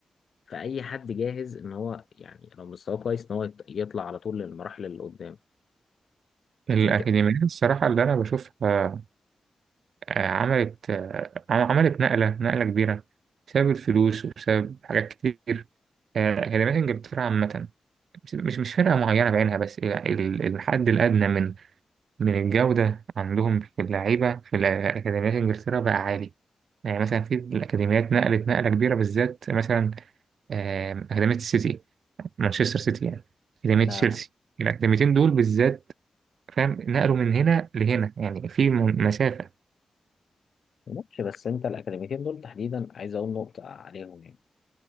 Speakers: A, on the left; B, on the right.
A: فاي حد جاهز ان هو يعني لو مستواه كويس ان هو يط- يطلع على طول للمراحل اللي قدام
B: الأكاديميات
A: عشان
B: الصراحة اللي أنا بشوفها آه، عملت آه، عملت نقلة نقلة كبيرة بسبب الفلوس وبسبب حاجات كتير آه، أكاديمية إنجلترا عامة مش مش مش فرقة معينة بعينها بس ال- ال- الحد الأدنى من من الجودة عندهم في اللعيبة في الأكاديميات إنجلترا بقى عالي يعني مثلا في الأكاديميات نقلت نقلة كبيرة بالذات مثلا آم، أكاديمية السيتي مانشستر سيتي يعني أكاديمية
A: كده
B: تشيلسي الأكاديميتين دول بالذات فاهم نقلوا من هنا لهنا يعني في م- مسافة
A: ماشي بس انت الاكاديميتين دول تحديدا عايز اقول نقطه عليهم يعني